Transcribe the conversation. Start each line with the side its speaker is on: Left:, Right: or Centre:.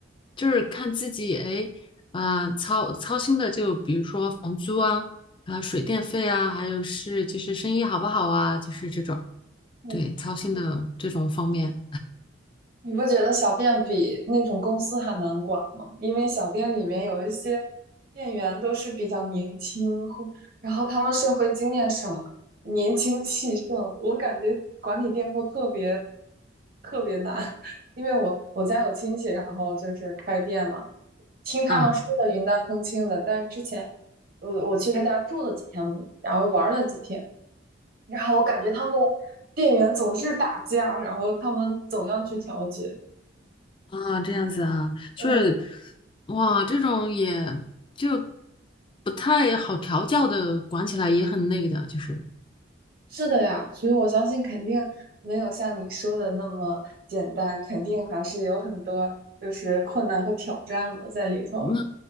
Left: 就是看自己，哎，啊、操操心的就比如说房租啊，啊、水电费啊，还有是就是生意好不好啊，就是这种，
Right: 嗯
Left: 对，操心的这种方面，
Right: 你不觉得小店比那种公司还难管吗？因为小店里面有一些店员都是比较年轻，或然后他们社会经验少，年轻气盛，我感觉管理店铺特别特别难。<laughs> 因为我我家有亲戚，然后就是开店嘛。听他们说的云淡风轻的，
Left: 啊。
Right: 但是之前我我去他家住了几天，然后玩了几天，然后我感觉他们的店员总是打架，然后他们总要去调解。
Left: 啊，这样子啊，就是
Right: 嗯，
Left: 哇，这种也就不太好调教的，管起来也很累的，就是
Right: 是的呀，所以我相信肯定没有像你说的那么简单，肯定还是有很多就是困难和挑战的在里头。
Left: 那